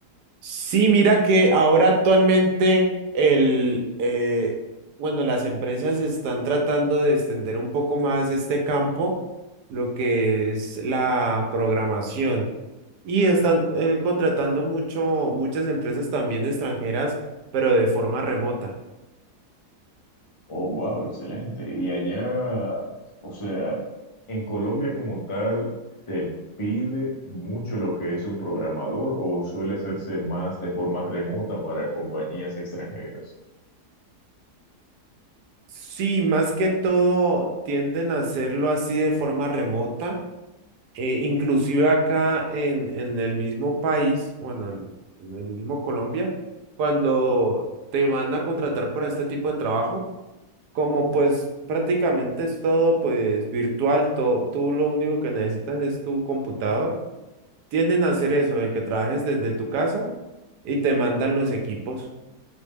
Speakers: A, on the right (about 80°); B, on the left (about 35°).
A: Sí, mira que ahora actualmente el, eh, bueno, las empresas están tratando de extender un poco más este campo, lo que es la programación. Y están eh, contratando mucho, muchas empresas también extranjeras, pero de forma remota.
B: Oh, wow, excelente. Y allá, o sea, en Colombia como tal, ¿se pide mucho lo que es un programador o suele hacerse más de forma remota para compañías extranjeras?
A: Sí, más que todo tienden a hacerlo así de forma remota. Eh, inclusive acá en, en el mismo país, bueno, en, en el mismo Colombia, cuando te van a contratar para este tipo de trabajo, como pues prácticamente es todo pues virtual, to- tú lo único que necesitas es tu computador, tienden a hacer eso, de que trabajes desde tu casa y te mandan los equipos.